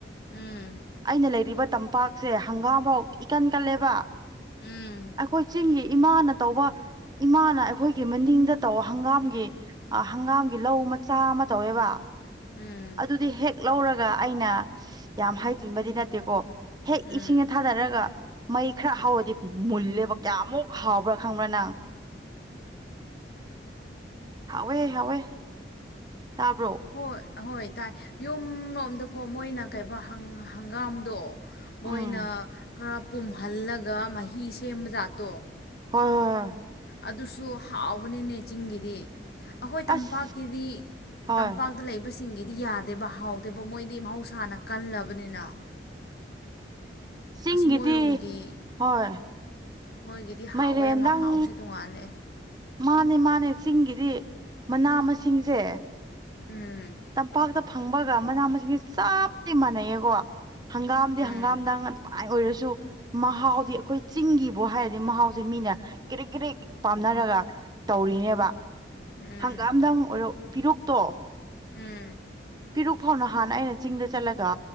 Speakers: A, on the left; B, on the right.
A: ꯎꯝ
B: ꯑꯩꯅ ꯂꯩꯔꯤꯕ ꯇꯝꯄꯥꯛꯁꯦ ꯍꯪꯒꯥꯝꯐꯧ ꯏꯀꯟ ꯀꯜꯂꯦꯕ
A: ꯎꯝ
B: ꯑꯩꯈꯣꯏ ꯆꯤꯡꯒꯤ ꯏꯃꯥꯅ ꯇꯧꯕ ꯏꯃꯥꯅ ꯑꯩꯈꯣꯏꯒꯤ ꯃꯅꯤꯡꯗ ꯇꯧ ꯍꯪꯒꯥꯝꯒꯤ ꯑ ꯍꯪꯒꯥꯝꯒꯤ ꯂꯧ ꯃꯆꯥ ꯑꯃ ꯇꯧꯋꯦꯕ
A: ꯎꯝ
B: ꯑꯗꯨꯗꯤ ꯍꯦꯛ ꯂꯧꯔꯒ ꯑꯩꯅ ꯌꯥꯝ ꯍꯥꯏꯖꯤꯟꯕꯗꯤ ꯅꯠꯇꯦꯀꯣ ꯍꯦꯛ
A: ꯎꯝ
B: ꯏꯁꯤꯡꯅ ꯊꯥꯗꯔꯒ ꯃꯩ ꯈꯔ ꯍꯥꯎꯔꯗꯤ ꯃꯨꯜꯂꯦꯕ ꯀꯌꯥꯃꯨꯛ ꯍꯥꯎꯕ꯭ꯔꯥ ꯈꯪꯕ꯭ꯔꯥ ꯅꯪ ꯍꯥꯎꯋꯦ ꯍꯥꯎꯋꯦ ꯇꯥꯕ꯭ꯔꯣ
A: ꯍꯣꯏ ꯍꯣꯏ ꯇꯥꯏ ꯌꯨꯝ ꯂꯣꯝꯗꯀꯣ ꯃꯣꯏꯅ ꯀꯩꯕ ꯍꯪꯒꯥꯝꯗꯣ ꯃꯣꯏꯅ
B: ꯎꯝ
A: ꯈꯔ ꯄꯨꯝꯍꯜꯂꯒ ꯃꯍꯤ ꯁꯦꯝꯕꯖꯥꯠꯇꯣ
B: ꯍꯣꯏ
A: ꯑꯗꯨꯁꯨ ꯍꯥꯎꯕꯅꯤꯅꯦ ꯆꯤꯡꯒꯤꯗꯤ ꯑꯩꯈꯣꯏ
B: ꯑꯁ
A: ꯇꯝꯄꯥꯛꯀꯤꯗꯤ
B: ꯍꯣꯏ
A: ꯇꯝꯄꯥꯛꯇ ꯂꯩꯕ ꯍꯥꯏ ꯁꯤꯡꯒꯤꯗꯤ ꯌꯥꯗꯦꯕ ꯍꯥꯎꯗꯦꯕ ꯃꯣꯏꯗꯤ ꯃꯍꯧꯁꯥꯅ ꯀꯜꯂꯕꯅꯤꯅ
B: ꯆꯤꯡꯒꯤꯗꯤ
A: ꯑꯁ ꯃꯣꯏꯔꯣꯝꯒꯤ
B: ꯍꯣꯏ
A: ꯃꯣꯏꯒꯤꯗꯤ ꯍꯥꯎꯋꯦ
B: ꯃꯥꯏꯔꯦꯟꯗꯪ
A: ꯑꯃ ꯍꯥꯎꯁꯤ ꯇꯣꯡꯉꯥꯜꯂꯑꯦ
B: ꯃꯥꯅꯦ ꯃꯥꯅꯦ ꯆꯤꯡꯒꯤꯗꯤ ꯃꯅꯥ ꯃꯁꯤꯡꯁꯦ
A: ꯎꯝ
B: ꯇꯝꯄꯥꯛꯇ ꯐꯪꯕꯒ ꯃꯅꯥ ꯃꯁꯤꯡꯁꯦ ꯆꯥꯞꯇꯤ ꯃꯥꯟꯅꯩꯌꯦꯀꯣ ꯍꯪꯒꯥꯝꯗꯤ
A: ꯎꯝ
B: ꯍꯪꯒꯥꯝꯗꯡ ꯑꯗꯨꯃꯥꯏꯅ ꯑꯣꯏꯔꯁꯨ ꯃꯍꯥꯎꯗꯤ ꯑꯩꯈꯣꯏ ꯆꯤꯡꯒꯤꯕꯨ ꯍꯥꯏꯔꯗꯤ ꯃꯍꯥꯎꯁꯦ ꯃꯤꯅ ꯀꯦꯔꯦꯛ ꯀꯦꯔꯦꯛ ꯄꯥꯝꯅꯔꯒ ꯇꯧꯔꯤꯅꯦꯕ
A: ꯎꯝ
B: ꯍꯪꯒꯥꯝꯗ ꯑꯃꯛ ꯑꯣꯏꯔ ꯄꯤꯔꯣꯛꯛꯇꯣ
A: ꯎꯝ
B: ꯄꯤꯔꯨꯛ ꯐꯥꯎꯅ ꯍꯥꯟꯅ ꯑꯩꯅ ꯆꯤꯡꯗ ꯆꯠꯂꯒ